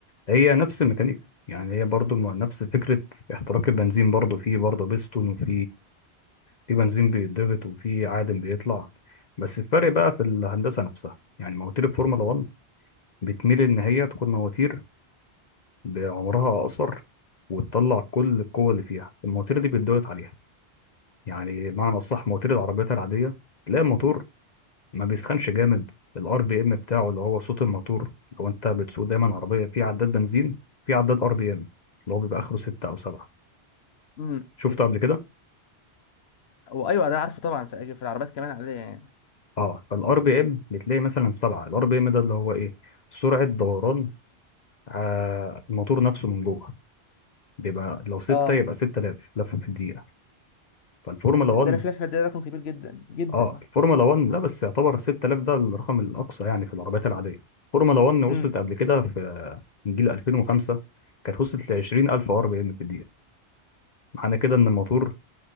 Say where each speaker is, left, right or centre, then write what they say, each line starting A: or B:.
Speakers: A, on the left; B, on the left.
A: هي نفس الميكانيكا يعني هي برضو م- نفس فكره احتراق البنزين برضو فيه برضو بيستون وفي في بنزين بيتضغط وفي عادم بيطلع بس الفرق بقى في الهندسة نفسها يعني مواتير الفورمولا 1 بتميل إن هي تكون مواتير بعمرها أقصر وتطلع كل القوة اللي فيها المواتير دي بيتضغط عليها يعني معنى الصح مواتير العربيات العادية تلاقي الموتور ما بيسخنش جامد الار بي ام بتاعه اللي هو صوت الموتور لو انت بتسوق دايما عربية في عداد بنزين في عداد ار بي ام اللي هو بيبقى اخره ستة او سبعة
B: امم
A: شفته
B: ايوه
A: قبل كده
B: هو ايوه ده عارفه طبعا في أيوه، في العربيات كمان عاديه يعني
A: اه فالار بي ام بتلاقي مثلا سبعة الار بي ام ده اللي هو ايه سرعة دوران آه الموتور نفسه من جوه بيبقى لو ستة
B: اه
A: يبقى 6000 لفة في الدقيقة فالفورمولا
B: 6000
A: 1
B: لفه ده رقم كبير جدا جدا
A: اه الفورمولا 1 لا بس يعتبر 6000 ده الرقم الأقصى يعني في العربيات العادية الفورمولا 1 وصلت
B: امم
A: قبل كده في من جيل 2005 كانت وصلت ل 20000 ار بي ام في الدقيقة معنى كده إن الموتور